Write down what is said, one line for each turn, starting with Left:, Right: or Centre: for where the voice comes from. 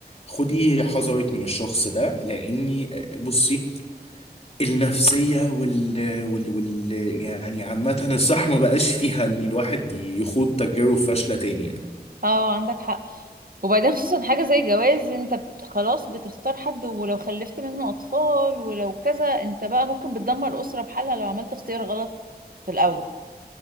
Left: خدي حذرك من الشخص ده لاني بصي النفسية وال, وال, وال يعني عامة الصح ما بقاش فيها ان الواحد يخوض تجارب فاشلة تاني يعني.
Right: اه عندك حق وبعدين خصوصا حاجة زي جواز انت بت... خلاص بتختار حد ولو خلفت منه اطفال ولو كذا انت بقى ممكن بتدمر اسرة بحالها لو عملت اختيار غلط في الاول